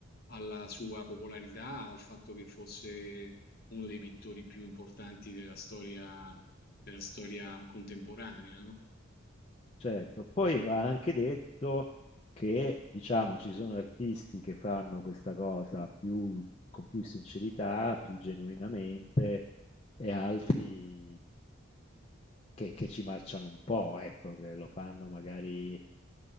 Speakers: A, on the left (about 45°); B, on the left (about 30°).
A: alla sua popolarità, al fatto che fosse uno dei pittori più importanti della storia, della storia contemporanea, no?
B: Certo, poi va anche detto che, diciamo, ci sono artisti che fanno questa cosa più con più sincerità, più genuinamente, e altri mh, che, che ci marciano un po', ecco, che lo fanno magari eh,